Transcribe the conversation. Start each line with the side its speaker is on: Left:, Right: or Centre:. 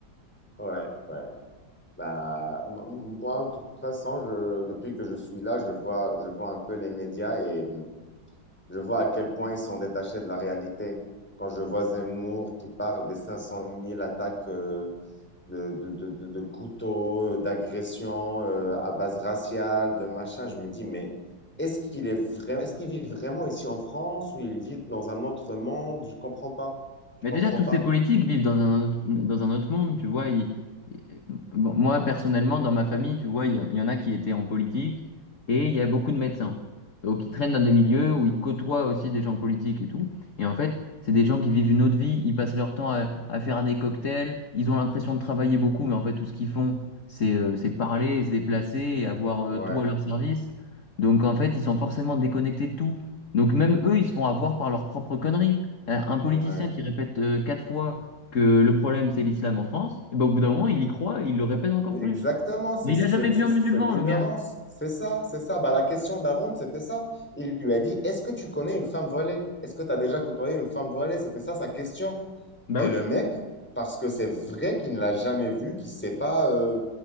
Centre: Ouais, ouais. Bah, m- moi, de toute façon, je, depuis que je suis là, je vois, je vois un peu les médias et hum, je vois à quel point ils sont détachés de la réalité. Quand je vois Zemmour qui parle des 500 000 attaques euh, de, de, de, de, de couteaux, euh, d'agressions euh, à base raciale, de machin. Je me dis, mais est-ce qu'il est vrai, est-ce qu'il vit vraiment ici en France ou il vit dans un autre monde? Je comprends pas. Je
Left: Mais
Centre: comprends
Left: déjà, tous
Centre: pas.
Left: ces politiques vivent dans un autre, dans un autre monde, tu vois. ils- ils- bon, moi, personnellement, dans ma famille, tu vois, il y, il y en a qui étaient en politique et il y a beaucoup de médecins. Donc, ils traînent dans des milieux où ils côtoient aussi des gens politiques et tout. Et en fait, c'est des gens qui vivent une autre vie. Ils passent leur temps à, à faire des cocktails. Ils ont l'impression de travailler beaucoup, mais en fait, tout ce qu'ils font, c'est euh, c'est parler, se déplacer et avoir euh,
Centre: Ouais,
Left: tout à leur service. Donc, en fait, ils sont forcément déconnectés de tout. Donc, même eux, ils se font avoir par leurs propres conneries. Un un politicien
Centre: ouais.
Left: qui répète euh, quatre fois que le problème c'est l'islam en France, et ben, au bout d'un moment il y croit, et il le répète encore
Centre: Oui,
Left: plus.
Centre: Exactement, c'est
Left: Mais
Centre: c'est-
Left: il a jamais
Centre: c'est- c'est-
Left: vu un
Centre: c'est
Left: musulman,
Centre: c'est de l'ignorance.
Left: le gars.
Centre: C'est ça, c'est ça. Bah, la question d'Arun, c'était ça. Il lui a dit, est-ce que tu connais une femme voilée? Est-ce que tu as déjà côtoyé une femme voilée? C'était ça sa question.
Left: Bah
Centre: Et
Left: oui,
Centre: le mec, parce que c'est vrai qu'il ne l'a jamais vu, qu'il sait pas, euh,